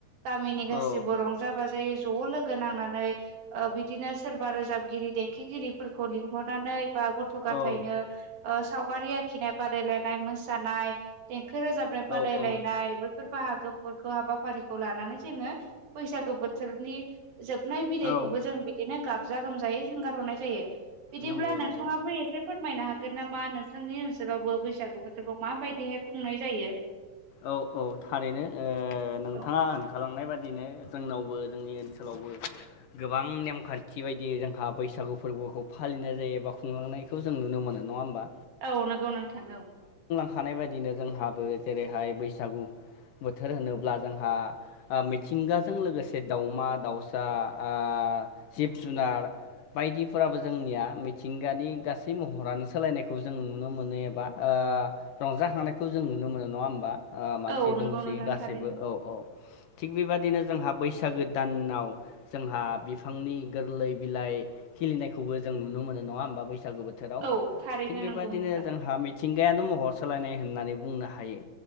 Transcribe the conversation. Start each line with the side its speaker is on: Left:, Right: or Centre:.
Right: गामिनि
Left: औ
Right: गासिबो रंजा बाजायै ज' लोगो नांनानै बिदिनो सोरबा रोजाबगिरि देंखोगिरिफोरखौ लिंहरनानै बा गथ' गाथायनो
Left: औ
Right: सावगारि आखिनाय बादायलायनाय मोसानाय थाखो रोजाबनाय
Left: औ
Right: बादायलायनाय
Left: औ
Right: बैफोर बाहागो फोरखौ हाबाफारिखौ लानानै जोंङो बैसागो बोथोरनि जोबनाय बिदैखौबो
Left: औ
Right: जों बिदिनो गाबजा गोमजायै हगार हरनाय जायो। बिदिब्ला
Left: नंगौ
Right: नोंथांङाबो
Left: नंगौ
Right: एसे फोरमायनो हागोन हागोन नामा नोंथांनि ओनसोलावबो बैसागु बोथोरखौ माबायदिहाय खुंनाय जायो।
Left: औ औ थारैनो नोंथांङा
Right: औ
Left: होनखालांनाय बादिनो जोंनावबो जोंनि ओनसोलावबो गोबां नेमखान्थि बायदि जोंहा बैसागु फोरबोखौ फालिनाय जायो एबा खुंलांनायखौ जों नुनो मोनो नंङा होमबा?
Right: औ नोंगौ नों नोंथां औ
Left: थाखाखानाय बायदिनो जोंहाबो जेरैहाय बैसागु बोथोर होनोब्ला जोंहा मिथिंगाजों लोगोसे दाउमा दाउसा ओ जिब जुनार बायदिफोराबो जोंनिया मिथिंगानि गासै महरानो सोलायनायखौ जों नुनो मोनो एबा ओ ओ रंजाखांनायखौ जों नुनो मोनो नङा आ मानसि
Right: औ
Left: दुमसि
Right: नंगौ नोंथां
Left: औ
Right: थारैनो
Left: औ थिग बेबायदिनो जोंहा बैसागो दानाव जोंहा बिफांनि गोरलै बिलाइ खिलिनायखौबो जों जों नुनो मोनो नंङा होमबा बै बैसागु बोथोराव
Right: औ थारैनो
Left: थिग बेबादिनो
Right: नंगौ नोंथां
Left: जोंहा मिथिंगायानो महर सोलायनाय होननानै बुंनो हायो।